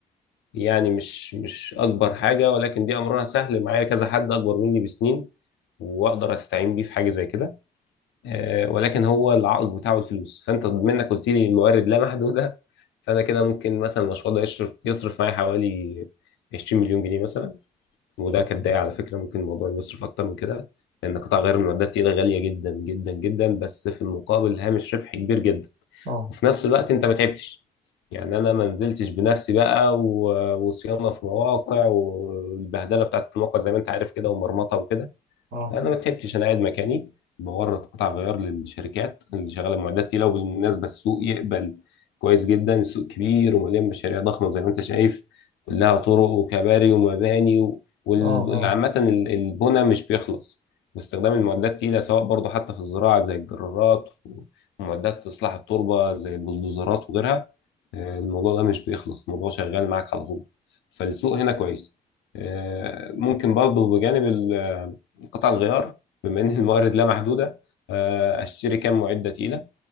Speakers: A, on the left; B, on the right.
A: يعني مش مش اكبر حاجه ولكن دي امرها سهل معايا كذا حد اكبر مني بسنين واقدر استعين بيه في حاجه زي كده آه، ولكن هو العائق بتاعه الفلوس فانت بما انك قلت لي الموارد لا محدوده فانا كده ممكن مثلا المشروع ده يشرف يصرف معايا حوالي 20 مليون جنيه مثلا وده كبداية على فكرة ممكن الموضوع يصرف أكتر من كده لأن قطع غيار المعدات التقيلة غالية جدا جدا جدا بس في المقابل هامش ربح كبير جدا
B: اه
A: وفي نفس الوقت أنت ما تعبتش يعني أنا ما نزلتش بنفسي بقى و- وصيانة في مواقع والبهدلة بتاعت المواقع زي ما أنت عارف كده ومرمطة وكده
B: اه
A: انا ما بحبش انا قاعد مكاني بورد قطع غيار للشركات اللي شغاله معدات تقيله وبالمناسبه السوق يقبل كويس جدا السوق كبير ومليان مشاريع ضخمه زي ما انت شايف كلها طرق وكباري ومباني و- وال-
B: اه اه
A: عامه ال- البنى مش بيخلص واستخدام المعدات التقيله سواء برضه حتى في الزراعه زي الجرارات ومعدات اصلاح التربه زي البلدوزرات وغيرها آه، الموضوع ده مش بيخلص الموضوع شغال معاك على طول فالسوق هنا كويس آه، ممكن برضه بجانب ال قطع الغيار بما ان الموارد لا محدوده آه، اشتري كام معده تقيله